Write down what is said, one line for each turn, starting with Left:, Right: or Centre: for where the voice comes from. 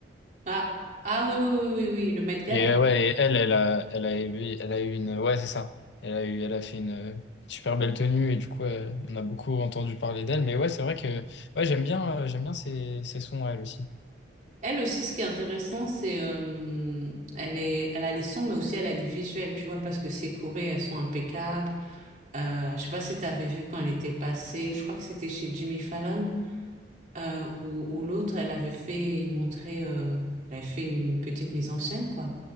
Right: Ah, ah oui, oui, oui, oui, oui, le Met Gala.
Left: Et euh, ouais, et elle, elle a, elle a eu, elle a eu une, ouais, c'est ça. Elle a eu, elle a fait une euh, super belle tenue et du coup, euh, on a beaucoup entendu parler d'elle. Mais ouais, c'est vrai que, ouais, j'aime bien, euh, j'aime bien ces, ces sons, elle aussi.
Right: Elle aussi, ce qui est intéressant, c'est euh, elle est, elle a les sons, mais aussi elle a les visuels, tu vois, parce que ses chorés, elles sont impeccables. Euh, je sais pas si t'avais vu quand elle était passée, je crois que c'était chez Jimmy Fallon, euh, ou où l'autre, elle avait fait, il montrait, euh, elle avait fait une, une petite mise en scène, quoi.